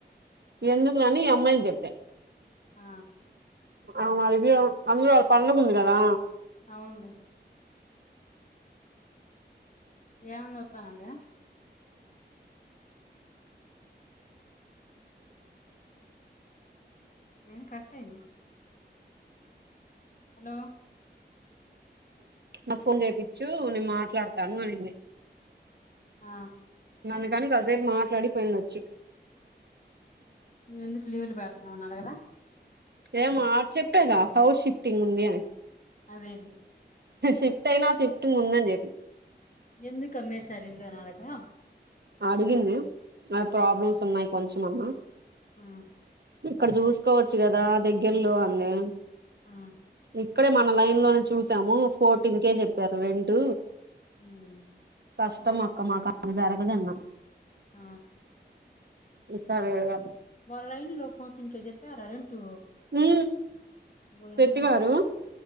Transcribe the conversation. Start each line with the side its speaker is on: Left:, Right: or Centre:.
Right: ఎందుక్లె అని ఈ అమ్మాయిని చెప్పా
Left: ఆ
Right: ఆమె అదియ అందులో పండకుంది కదా
Left: అవున్లే ఏమంది వస్తానందా ఏమ్ కట్టయిందా హలో
Right: నాకు ఫోన్ చేపిచ్చు నేను మాట్లాడతాను అనింది
Left: ఆ
Right: అందుకని కాసేపు మాట్లాడిపోయింది వచ్చి
Left: నువ్ ఎందుకు లీవ్లు పెడుతున్నావాని అడగల
Right: ఏమ చెప్పాగ హౌస్ షిఫ్టింగ్ ఉంది అని
Left: అదేదె
Right: షిఫ్ట్ అయినా ఆ షిఫ్ట్ ముందని చెప్పి
Left: ఎందుకమ్మె సరల్లో నానకు
Right: అడిగింది ఆ ప్రాబ్లమ్స్ ఉన్నాయి కొంచం అన్నా
Left: ఆ
Right: ఇక్కడ చూసుకోవచ్చు కదా దగ్గర్లో అంది
Left: ఆ
Right: అక్కడే మన లైన్ లోనే చూసాము ఫోర్టీన్ కేే చెప్పారు రెంట్
Left: హుమ్
Right: కష్టమక్క మాకలా జరగదన్న
Left: ఆ
Right: ఈ సరే రిగా
Left: వాళ్ళ లైన్ లో ఫోర్టీన్ కే చెప్పారా రెంటు
Right: ఉ
Left: ఓయమ్మో
Right: తట్ గారు